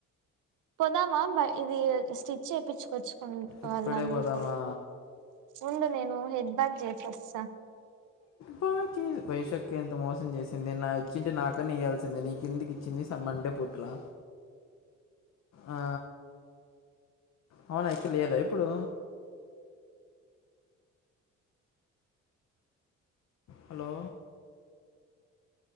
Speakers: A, on the right; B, on the left.
A: పోదామా బ ఇది స్టిచ్ చేపిచ్చుకొచ్చుకు
B: ఇప్పుడే
A: వాళ్ళ అందుకు
B: పోదామా
A: ఉండు నేను హెడ్ బాత్ జెసోస్తా
B: బా వైశక్క ఎంత మోసం చేసింది నా వచ్చింటే నాకన్న ఇయాల్సింది నీ కిందికి ఇచ్చింది సంబంధ అండేపూట్లా ఆ అవున ఆయక్క లేదా ఇప్పుడు హలో